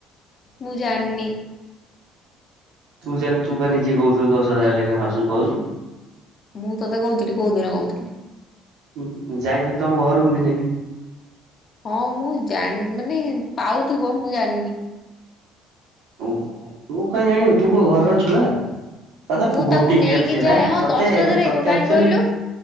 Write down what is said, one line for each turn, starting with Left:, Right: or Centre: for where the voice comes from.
Left: ମୁ ଜାଣିନି।
Right: ତୁ ଜାନ୍ ତୁପା ନିଜେ କହୁଥିଲୁ ଦଶ ହଜାର ଲେଖା ମାସକୁ ପାଉଛି।
Left: ମୁଁ ତତେ କହୁଥିଲି, କୋଉ ଦିନ କହୁଥିଲି?
Right: ହୁଁ ଯାଇଥିଲି ତମ ଘରକୁ ଦିନେ।
Left: ହଁ ମୁଁ ଜାଣି ମାନେ, ପାଉଥିବ ମୁଁ ଜାଣିନି।
Right: ଓହୋ, ତୁ କାଇଁଜାଣିବୁ ତୁ କଣ ଘରର ଛୁଆ? ତତେ
Left: ମୁଁ
Right: ଗୋଟେଇକି
Left: ତାକୁ ନେଇକି
Right: ଆଣିଥିଲେ
Left: ଯାଏ
Right: ବା
Left: ହଁ
Right: ତତେ
Left: ଦଶ ଥର
Right: ତତେ
Left: ହେଇଥିବ କାହିଁ
Right: ଆକ୍ଚୁଆଲି
Left: କହିଲୁ?